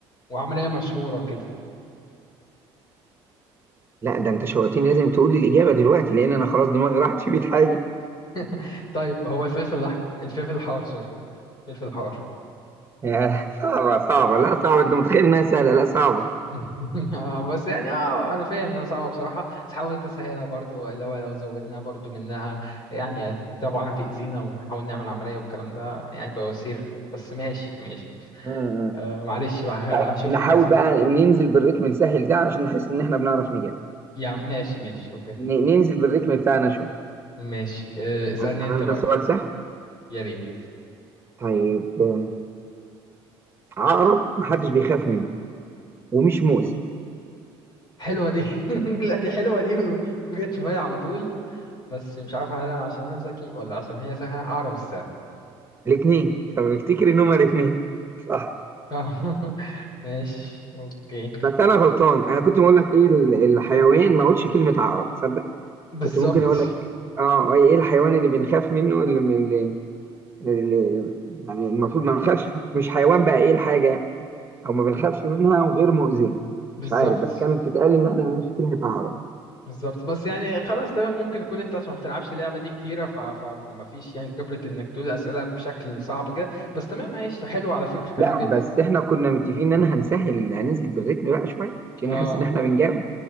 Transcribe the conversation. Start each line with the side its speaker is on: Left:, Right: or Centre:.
Left: وعملية مشهورة كده
Right: لا ده انت شوقتني لازم تقول لي الاجابه دلوقتي لان انا خلاص دماغي راحت في 100 حاجه
Left: <laughs> طيب هو الفلفل الأحمر الفلفل الحار سوري الفلفل الحار
Right: ياه صعبه صعبه لا صعبه انت متخيل انها سهله لا صعبه
Left: <laughs> آه، بس يعني اه انا فاهم انها صعبه بصراحه بس حاولت اسهلها برضو اللي هو لو زودنا برضو منها يعني طبعا هتأذينا ونحاول نعمل عمليه والكلام ده يعني بواسير بس ماشي ماشي
Right: امم
Left: آه معلش بقى ه-
Right: بقى
Left: هشوف
Right: نحاول
Left: لك حاجه سهله
Right: بقى ننزل بالريتم نسهل ده عشان نحس ان احنا بنعرف نجاوب
Left: يعني ماشي ماشي اوكي
Right: ن- ننزل بالريتم بتاعنا شويه
Left: ماشي آه اسألني
Right: هسأل
Left: انت
Right: انا
Left: بقى
Right: سؤال
Left: كده
Right: سهل
Left: يا ريت
Right: طيب آه، عقرب محدش بيخاف منه ومش مؤذي
Left: حلوه دي <laughs> لا دي حلوه دي و- وجت في بالي على طول بس مش عارف هل عشان انا ذكي ولا عشان هي سهله اعرف الساعه
Right: الاثنين طب افتكر ان هما الاثنين صح
Left: <laughs> ماشي اوكي
Right: بس انا غلطان انا كنت بقول لك ايه ال- الحيوان ما اقولش كلمه عقرب تصدق
Left: بالظبط
Right: كنت ممكن اقول لك إيه؟ اه ايه الحيوان اللي بنخاف منه اللي, اللي, اللي يعني المفروض ما نخافش مش حيوان بقى ايه الحاجه او ما بنخافش منها وغير مؤذيه
Left: بالظبط
Right: مش عارف بس كانت تتقال ان احنا ما نقولش كلمه عقرب
Left: بالظبط بس يعني خلاص تمام ممكن تكون انت عشان ما بتلعبش اللعبه دي كتيره ف... فما فيش يعني خبره انك تقول اسئله بشكل صعب كده بس تمام عايش حلو على فكره حلو
Right: لا
Left: جدا
Right: بس احنا كنا متفقين ان انا هنسهل هننزل بالريتم بقى شويه عشان
Left: اه
Right: نحس ان احنا بنجاوب